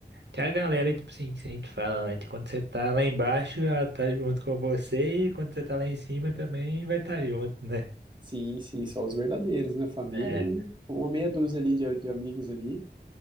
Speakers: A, on the right; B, on the right.
A: Que é a galera, tipo assim, que a gente fala, né? Que quando você tá lá embaixo, ela tá junto com você, e quando você tá lá em cima também vai estar tá junto, né?
B: sim, sim, só os verdadeiros, né? Família
A: É,
B: e uma meia dúzia ali de, de amigos ali.